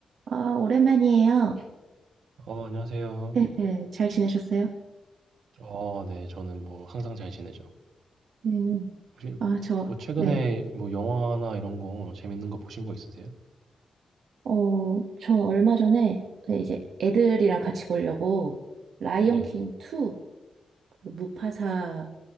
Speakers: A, on the right (about 70°); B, on the right (about 80°).
A: 아, 오랜만이에요.
B: 어, 안녕하세요.
A: 네, 잘 지내셨어요?
B: 어, 네, 저는 뭐 항상 잘 지내죠.
A: 네.
B: 혹시
A: 아, 저,
B: 뭐 최근에
A: 네.
B: 뭐 영화나 이런 거 재밌는 거 보신 거 있으세요?
A: 어, 전 얼마 전에 네, 이제 애들이랑 같이 보려고 라이온
B: 네,
A: 킹
B: 네.
A: 2, 그 무파사